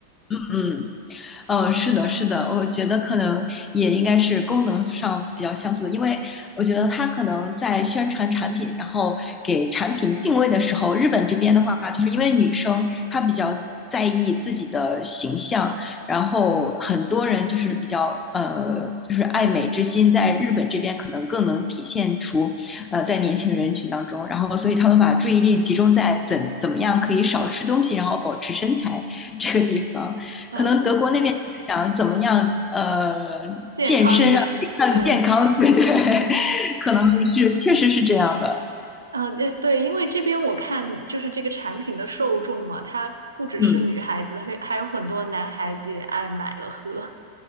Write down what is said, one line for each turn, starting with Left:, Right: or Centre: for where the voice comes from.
Left: 嗯。嗯，是的，是的，我觉得可能也应该是功能上比较相似的，因为我觉得它可能在宣传产品，然后给产品定位的时候，日本这边的话，就是因为女生她比较在意自己的形象，然后很多人就是比较呃，就是爱美之心，在日本这边可能更能体现出呃在年轻人群当中，然后所以他们把注意力集中在怎怎么样可以少吃东西，然后保持身材这个地方。
Right: 嗯，
Left: 可能德国那边就是想怎么样，呃，
Right: 健康一点，
Left: 健身让自己更健康，
Right: 对，
Left: <laughs> 对对，<laughs> 可能是确实是这样的。
Right: 嗯，对对，因为这边我看就是这个产品的受众嘛，它不只是女孩子，
Left: 嗯，
Right: 会还有很多男孩子也爱买了喝，